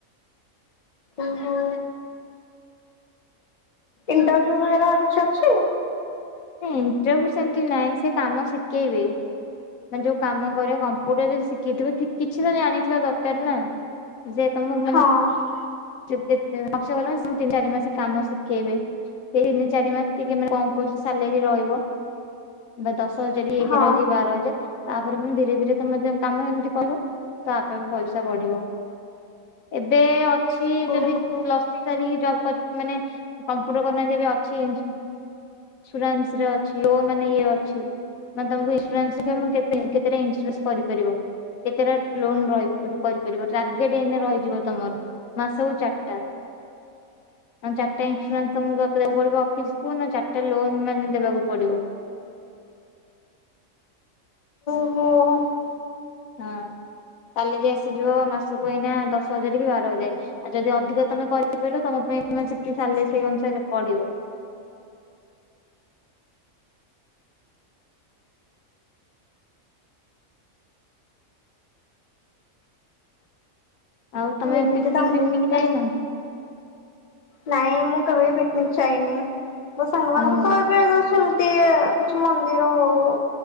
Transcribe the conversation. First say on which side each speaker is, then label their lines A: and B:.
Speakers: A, on the left; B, on the left.
A: ଓହୋ। ଇଣ୍ଟରଭିୟୁ ହେରା କିଛି ଅଛି?
B: ହୁଁ ଇଣ୍ଟରଭିୟୁ ସେମିତି ନାହିଁ ସେ କାମ ଶିଖେଇବେ। ମାନେ ଯୋଉ କାମ କରେ କମ୍ପ୍ୟୁଟରରେ ଶିଖେଇଥିବ କିଛି ତ ଜାଣିଥିବା ଦରକାର ନା। ସେ ତମକୁ ମାନେ
A: ହଁ।
B: <unintelligible> ତିନି ଚାରି ମାସେ କାମ ଶିଖେଇବେ। ହେଇନି ତିନି ଚାରି ମାସ ଟିକେ ମାନେ କମ କମ ସାଲେରୀ ରହିବ। ବା ଦଶ ହଜାର ହେଇକି
A: ହଁ
B: ରହିଛି ବାର ହଜାର ତାପରେ ମୁଁ ଧୀରେ ଧୀରେ ତମେ କାମ ଏମିତି କହିବ ତାପରେ ପଇସା ବଢିବ। ଏବେ ଅ ଛି
A: ଓହୋ
B: ଯଦି ପ୍ଲସ ଥ୍ରୀ ସାରିକି ଜବ୍ କରି ମାନେ କମ୍ପ୍ୟୁଟର କରିନାହାନ୍ତି ଅଛି ଏ ଇନ୍ସୁରାନ୍ସ ରେ ଅଛି ଲୋନ ମାନେ ଇଏ ଅଛି। ମାନେ ତମକୁ ଇନ୍ସୁରାନ୍ସ ଶିଖେଇ କେ କେତେଟା ଇନ୍ସୁରାନ୍ସ କରିପାରିବ। କେତେଟା ଲୋନ ରହି କରିପାରିବ ଟାର୍ଗେଟ ଏଇନା ରହିଯିବ ତମର। ମାସକୁ ଚାରିଟା। ମାନେ ଚାରିଟା ଇସୁରାନ୍ସ ତମକୁ ଦବାକୁ ପଡିବ ଅଫିସି କୁ ନା ଚାରିଟା ଗୋଟେ ଲୋନ୍ ମାନେ ଦେବାକୁ ପଡିବ।
A: ହଉ।
B: ହଁ ସାଲାରୀ ଆସିଯିବ ମାସକୁ ଏଇନା ଦଶ ହଜାର କି ବାର ହଜାର। ଆଉ ଯଦି ଅଧିକ ତମେ କରିପାରିଲ ତମ ପାଇଁ ମାନେ ସେଠି ସାଲାରି ସେଇ ଅନୁସାରେ ପଢିବ। ଆଉ ତମେ
A: ଓ ଏମିତି
B: ପିକ୍ନିକ୍
A: ତାହେଲେ
B: ଫିକିନିକ୍
A: ତାହେଲେ
B: ଯାଇନ?
A: ନାଇଁ ମୁଁ କେବେ ବି ପିକିନିକି ଯାଇନି ମୋ ସାଙ୍ଗମାନଙ୍କ
B: ହଁ
A: ସହ ଏବେ ଯଷ୍ଟ ଏମିତି ଆଉ କିଛି ମନ୍ଦିର ହୋଉ